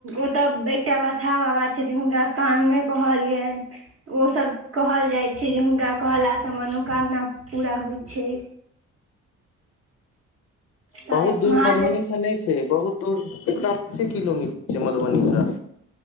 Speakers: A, on the right; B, on the left.
A: ओतअ एकटा बसा बाबा छथिन हुनका कानमे कहलियेन ओ सब कहल जाइ छै जे हुनका कहला से मनोकामना पूरा होइ छै तैँ
B: बहुत दूर
A: महादेव
B: मधुबनी से नहि छै बहुत दूर एकदम पांचें किलोमीटर छै मधुबनी स